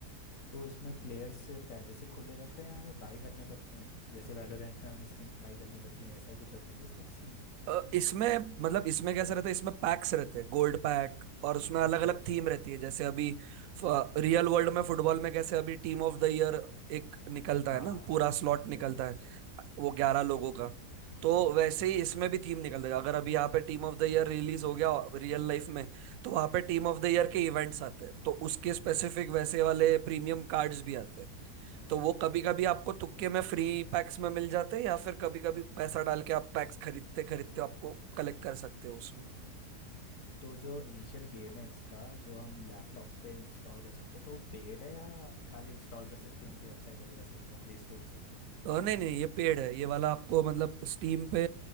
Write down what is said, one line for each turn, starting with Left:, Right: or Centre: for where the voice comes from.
Left: तो इसमें प्लेयर्स पहले से खुले रहते हैं या हमें बाई करने पड़ते हैं जैसे वैलोरेंट में हमें स्किन्स बाई करनी पड़ती हैं वैसा ही कुछ होता है क्या इसमें भी सीन
Right: अ, इसमें मतलब इसमें कैसा रहता है इसमें पैक्स रहते हैं गोल्ड पैक और उसमें अलग
Left: अच्छा
Right: अलग
Left: अच्छा
Right: थीम रहती है जैसे अभी रियल वर्ल्ड में फुटबॉल में कैसे अभी टीम ऑफ द ईयर एक निकलता
Left: हाँ
Right: है ना
Left: हाँ
Right: पूरा
Left: हाँ
Right: स्लॉट निकलता
Left: सही कह रहे हो
Right: है
Left: सही कह रहे हो
Right: वो ग्यारह लोगों का तो वैसे
Left: हाँ
Right: ही
Left: हाँ
Right: इसमें भी थीम निकल जाएगा अगर अभी यहाँ पे team of the year release हो गया रियल लाइफ में तो वहाँ पे टीम ऑफ द ईयर के इवेंट्स आते हैं तो उसके स्पेसिफिक वैसे वाले प्रीमियम कार्ड्स भी आते हैं तो वो कभी कभी आपको तुक्के में फ्री पैक्स में मिल जाते हैं या फिर कभी कभी पैसा डाल के आप पैक्स खरीदते खरीदते आपको कलेक्ट कर सकते हो उसमें
Left: तो जो इनिशियल गेम है इसका जो हम लैपटॉप पे इंस्टॉल कर सकते हैं तो वो पेड है या खाली इंस्टॉल कर सकते हैं इनकी वेबसाइट वगैरह से या प्ले स्टोर से
Right: अ, नहीं नहीं ये पेड है ये वाला आपको मतलब स्टीम पे